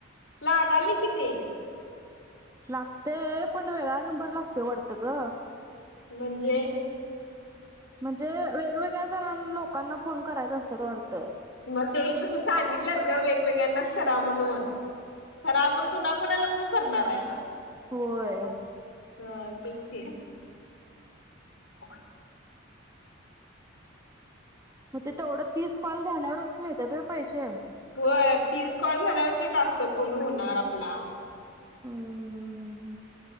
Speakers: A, on the left (about 70°); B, on the right (about 15°).
A: लागाले किती
B: लागतेय पण वेगळा नंबर लागतोय वाढतं ग.
A: म्हणजे
B: म्हणजे वे वेगवेगळ्या जणां लोकांना फोन करायचा असचं वाटतय.
A: मग ते तसं सांगितलंच ग वेगवेगळ्यांनाच करा म्हणून खरा आपण कोणा-कोणाला मुस करणार आहे.
B: होय.
A: हा तेच की <inaudible>
B: मग ते तेवढं तीस कॉल झाल्यावरच मिळतात होय पैसे
A: होय तीच कॉल झाल्यावरती टासतो पूर्ण होणार आपला.
B: हम्म हम्म हम्म.